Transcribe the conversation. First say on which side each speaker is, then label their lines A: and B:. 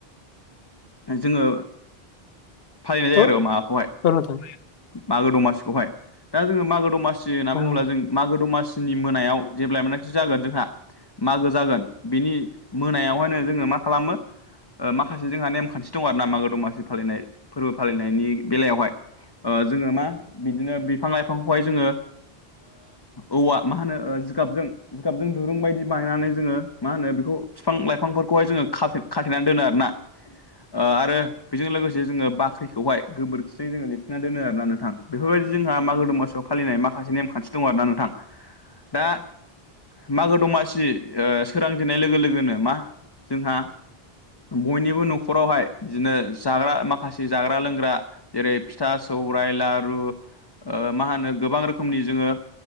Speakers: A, on the left; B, on the left.
A: जोङो फालिनाय जायो
B: औ नोंथां औ
A: आरो माबाखौहाय
B: औ नोंथां
A: मागो दमासिखौहाय दा जोङो मागो दमासि होनना बुङोब्ला
B: औ
A: जों मागो दमासिनि मोनायाव जेब्लाय मानखि जागोन जोंहा मागो जागोन बिनि मोनायावहायनो जोङो मा खालामो माखासे जोंहा नेम खान्थि दं आरो ना मागो दमासि फालिनाय फोरबो फालिनायनि बेलायावहाय जोङो मा बिदिनो बिफां लाइफांखौहाय जोङो औवा मा होनो जिगाबजों जिगाबजों दुरुं बायदि बायनानै जोङो मा होनो बेखौ बिफां लाइफांफोरखौहाय जोङो खा खाथेनानै दोनो आरोना- ओ आरो बेजों लोगोसे जोङो बाख्रिखौहाय गोबोरखिजों जोङो लिरफिना दोनो आरोना नोंथां! बेफोरबायदि जोंहा मागो दमासाव फालिनाय माखासे नेमखान्थि दं आर ना नोंथां दा- मागो दमासि सोरांजेननाय लोगो लोगोनो मा जोंहा बयनिबो न'खरावहाय बिदिनो जाग्रा माखासे जाग्रा लोंग्रा- जेरै फिथा सौरायाइ लारु ओ मा होनो गोबां रोखोमनि जोङो